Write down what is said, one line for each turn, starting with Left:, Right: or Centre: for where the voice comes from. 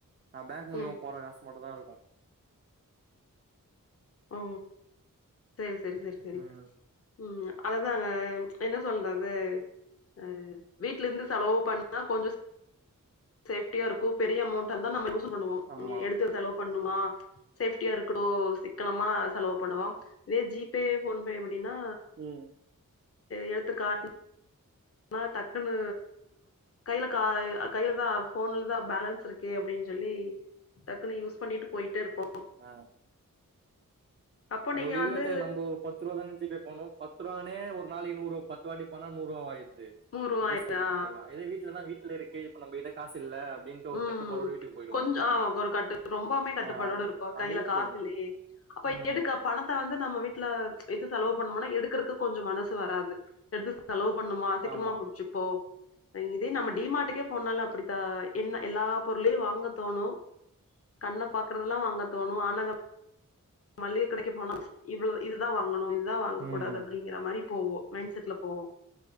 Right: நா பேங்க் மூலிமா
Left: ம்
Right: போற காசு மட்டும் தா இருக்கும்
Left: ஓ செரி செரி செரி செரி
Right: ம்
Left: உம் அதுதாங்க என்ன சொல்றது ஆ வீட்ல இருந்து செலவு பண்ணா கொஞ்ச சேஃப்டியா இருக்கும் பெரிய அமௌண்ட் இருந்தா நம்ம யூஸ் பண்ணுவோ
Right: ஆமா
Left: எடுத்து செலவு பண்ணுமா சேப்டியா இருக்கனு சிக்கனமா செலவு பண்ணுவா இதே ஜி பே போன் பே எப்படின்னா
Right: ம்
Left: எடுத்து காட்ட ஆனா டக்குன்னு கில கா கையில தா போன்லதா பேலன்ஸ் இருக்கே அப்படின்னு சொல்லி டக்குன்னு யூஸ் பண்ணிட்டு போயிட்டே இருப்போம்
Right: ஆ
Left: அப்போ
Right: அந்த
Left: நீங்க
Right: ஒரு இதுவே
Left: வந்து
Right: தெரியாது நம்ம ஒரு பத்து ரூபா தா ஜி பே பன்னவோ பத்து பத்துரூபானே ஒரு நாளைக்கு நூறு பத்து வாட்டி பனா நூறுரூவா ஆய்ருது
Left: நூறுவாயா
Right: இந்த ஜூஸ் குடிக்கிறதுத எல்லா இதே வீட்லலா வீட்டு இருக்கு இப்ப நம்ம கிட்ட காசு இல்ல அப்டின்ட்டு ஒரு
Left: உம்
Right: கட்டுப்பாடோட வீட்டுக்கு போயிடுவோ
Left: கொஞ்சம் ஆ ஒரு கட்டு ரொம்பாமே கட்டுப்பாடோடு
Right: ஆ அது
Left: இருப்போ கையில
Right: அதுலயே
Left: காசுல்லையே
Right: போயிடுது
Left: அப்ப
Right: ம்
Left: எடுக்க அப் பணத்த வந்து நம்ம வீட்டுல வைத்து செலவு பண்ணோம்னா எடுக்கிறதுக்கு கொஞ்சம் மனசு வராது எடுத்து செலவு பண்ணுமா சிக்கனமா
Right: ஆமா
Left: முடிச்சிக்கோ இதே நம டிமார்ட்டக்கே போனாலு அப்படிதா என்ன எல்லா பொருளையும் வாங்க தோணும் கண்ண பாக்குறதெல்லாம் வாங்க தோணும் ஆனா அத மளிக கடைக்கு போன இவ்வளவு இதுதா வாங்கணும் இதுதா வாங்கக்கூடாது
Right: ம்
Left: அப்படிங்கிற மாரி போவோம் மைண்ட செட்ல போவோம்